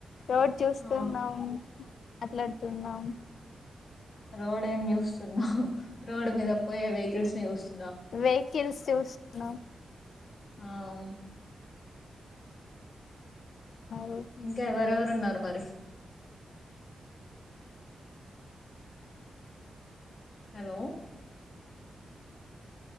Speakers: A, on the left; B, on the left.
A: రోడ్ చూస్తున్నాం
B: ఆ
A: మాట్లాడుతున్నాం
B: రోడ్ ఏం చూస్తున్నాం రోడ్ మీద పోయే వెహికల్స్ ని చూస్తు
A: వెహికల్స్ చూస్తున్నా
B: ఆ
A: ఆ
B: ఇంకా ఎవరెవర్ న్నారు మారి హలో